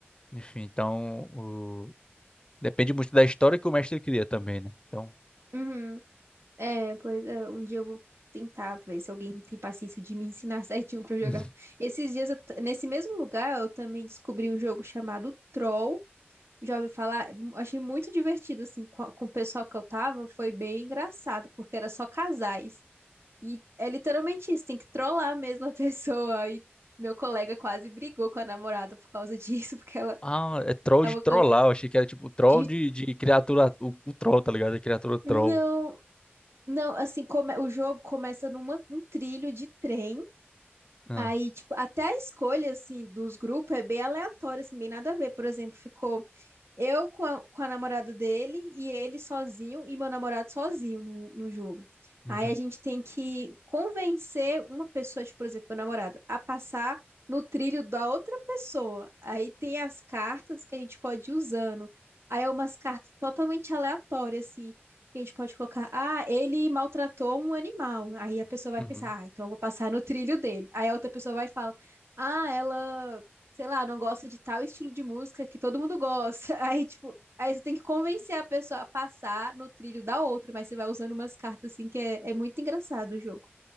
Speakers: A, on the left (about 25°); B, on the right (about 80°).
A: Enfim, então o- depende muito da história que o mestre cria também, né? Então.
B: uhum. É, pois é, um dia eu vou tentar ver se alguém tem paciência de me ensinar <laughs> certinho pra jogar.
A: <laughs>
B: Esses dias, eu t- nesse mesmo lugar, eu também descobri um jogo chamado Troll. já ouvi falar, m- achei muito divertido, assim, co- com, o pessoal que eu tava, foi bem engraçado, porque era só casais. E é literalmente isso, tem que trollar mesmo a <laughs> pessoa. E meu colega quase brigou com a namorada por causa <laughs> disso, porque ela
A: Ah, é troll
B: tava
A: de trollar.
B: com...
A: Eu achei que era tipo troll
B: de-
A: de, de criatura. O, o troll, tá ligado? a criatura troll.
B: Não, não, assim, come... o jogo começa numa, num trilho de trem,
A: Ah,
B: Aí, tipo, até a escolha, assim, dos grupos é bem aleatória, assim, bem nada a ver. Por exemplo, ficou eu com a, com a namorada dele e ele sozinho e meu namorado sozinho no, no jogo.
A: uhum,
B: Aí a gente tem que convencer uma pessoa, tipo, por exemplo, meu namorado, a passar no trilho da outra pessoa. Aí tem as cartas que a gente pode ir usando. Aí é umas cartas totalmente aleatórias, assim. A gente pode colocar, ah, ele maltratou um animal. Aí a pessoa vai
A: uhum.
B: pensar, ah, então eu vou passar no trilho dele. Aí a outra pessoa vai e fala, ah, ela, sei lá, não gosta de tal estilo de música que todo mundo gosta. <laughs> Aí, tipo, aí você tem que convencer a pessoa a passar no trilho da outra, mas você vai usando umas cartas assim que é, é muito engraçado o jogo.